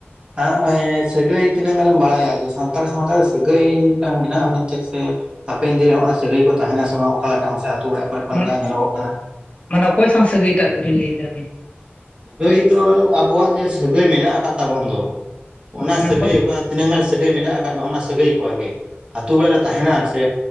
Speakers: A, on the right; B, on the left.
A: ᱱᱚᱜᱚᱭ ᱥᱟᱹᱜᱟᱹᱭ ᱛᱱᱟᱹᱢ ᱵᱟᱲᱟᱭᱟ ᱡᱮ ᱥᱟᱱᱛᱟᱲ ᱥᱟᱶᱛᱟ ᱨᱮ ᱥᱤᱜᱟᱹᱭ ᱢᱤᱫᱴᱟᱝ ᱢᱮᱱᱟᱜᱼᱟ ᱢᱮᱱᱛᱮ ᱥᱮ ᱦᱟᱯᱮᱱ ᱫᱤᱱᱮ ᱦᱚᱸ ᱥᱟᱹᱜᱟᱹᱭ ᱠᱚ ᱛᱟᱦᱮᱱᱟ ᱥᱮ ᱵᱟᱝ ᱚᱠᱟ ᱞᱮᱠᱟ ᱢᱟᱥᱮ ᱟᱛᱳ ᱚᱲᱟᱜ ᱠᱚᱨᱮ ᱚᱠᱟ
B: ᱢᱟᱱᱮ
A: ᱞᱮᱠᱟ ᱧᱮᱞᱚᱜ ᱠᱟᱱᱟ᱾
B: ᱢᱟᱱᱮ ᱚᱠᱚᱭ ᱥᱟᱶ ᱥᱟᱹᱜᱟᱹᱭ ᱴᱟᱜ ᱫᱚᱵᱤᱱ ᱞᱟᱹᱭ ᱮᱫᱟ
A: ᱥᱟᱹᱜᱟᱹᱭ ᱫᱚ ᱟᱵᱚᱣᱟᱜ ᱡᱮ ᱥᱟᱹᱜᱟᱹᱭ ᱢᱮᱱᱟᱜ ᱟᱠᱟᱫ ᱛᱟᱵᱚᱱ ᱫᱚ ᱚᱱᱟ
B: ᱢᱟᱱᱮ
A: ᱥᱟᱹᱜᱟᱹᱭ
B: ᱚᱠᱚᱭ
A: ᱚᱠᱟ ᱛᱤᱱᱟᱹᱜ ᱜᱟᱱ ᱥᱟᱹᱜᱟᱹᱭ ᱢᱮᱱᱟᱜ ᱟᱠᱟᱫ ᱥᱟᱹᱜᱟᱹᱭ ᱠᱚ ᱜᱮ ᱟᱛᱮ ᱟᱛᱩ ᱚᱲᱟᱜ ᱨᱮ ᱛᱟᱦᱮᱱᱟ ᱥᱮ